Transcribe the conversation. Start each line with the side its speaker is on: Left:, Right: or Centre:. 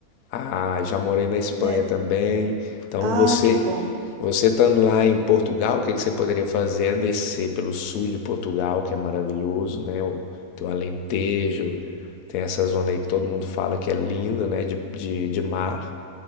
Left: Ah, já morei na Espanha
Right: né?
Left: também. Então
Right: Ah,
Left: você
Right: que bom.
Left: Você estando lá em Portugal, o que que você poderia fazer é descer pelo sul de Portugal, que é maravilhoso, né? O, tem o Alentejo, tem essa zona aí que todo mundo fala que é linda, né? De, de, de mar.